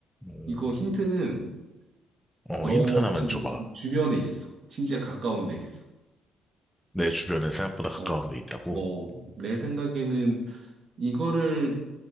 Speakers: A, in the centre; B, on the right.
A: 음,
B: 이거 힌트는 너
A: 어, 힌트 하나만
B: 지금
A: 줘봐.
B: 주변에 있어. 진짜 가까운 데 있어.
A: 내 주변에 생각보다 가까운
B: 어,
A: 데 있다고?
B: 어, 내 생각에는 이거를